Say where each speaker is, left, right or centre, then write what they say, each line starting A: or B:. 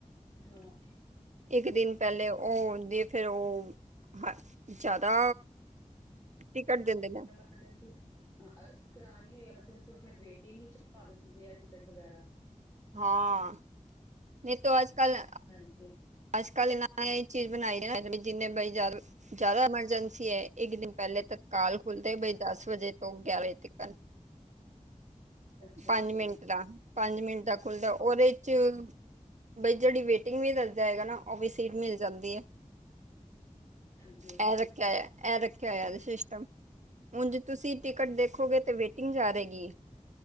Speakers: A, on the left (about 20°); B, on the right (about 65°).
A: ਹਾਂ
B: ਇੱਕ ਦਿਨ ਪਹਿਲੇ ਉਹ ਹੁੰਦੀ ਫਿਰ ਉਹ ਜ਼ਿਆਦਾ ਟਿਕਟ ਦੇੰਦੇ ਨੇ
A: <unintelligible> ਕਰਾਨੀ ਹੋਵੇ ਐਮਰਜੰਸੀ ੳ ਫੇਰ ਵੇਟਿੰਗ ਚ ਪਾ ਦਿੰਦੇ ਨੇ ਟਿਕਟ ਵਗੈਰਾ
B: ਹਾਂ ਨਹੀਂ ਤੋ ਆਜ ਕਲ
A: ਹਾਂਜੀ
B: ਅੱਜ ਕੱਲ ਇਨਾ ਨੇ ਏ ਚੀਜ਼ ਬਣਾਈ ਰ ਜਿੰਨੇ ਬਾਈ ਜ਼ਿਆਦਾ ਜ਼ਿਆਦਾ ਐਮਰਜੈਂਸੀ ਹੈ। ਇੱਕ ਦਿਨ ਪਹਿਲੇ ਤਤਕਾਲ ਖੁੱਲਦੇ ਬਈ ਦਸ ਵਜੇ ਤੋਂ ਗਿਆਰਾਂ ਵਜੇ ਤੱਕਨ।
A: ਅੱਛਾ
B: ਪੰਜ
A: ਅੱਛਾ
B: ਮਿੰਟ ਦਾ, ਪੰਜ ਮਿੰਟ ਦਾ ਖੁੱਲਦਾ ਉਹਦੇ ਚ ਬਈ ਜੇਹੜੀ ਵੇਟਿੰਗ ਵੀ। ਹੈਗਾ ਨਾ ਉਹ ਵੀ ਸੀਟ ਮਿਲ ਜਾਂਦੀ ਐ ਇਹ।
A: ਹਾਂਜੀ ਹਾਂਜੀ
B: ਇਹ ਰੱਖਿਆ ਹੋਇਆ ਜੇ ਸਿਸਟਮ। ੳਨਜ ਤੁਸੀਂ ਟਿਕਟ ਦੇਖੋਗੇ ਤੇ ਵੇਟਿੰਗ ਜਾ ਰੇ ਗੀ।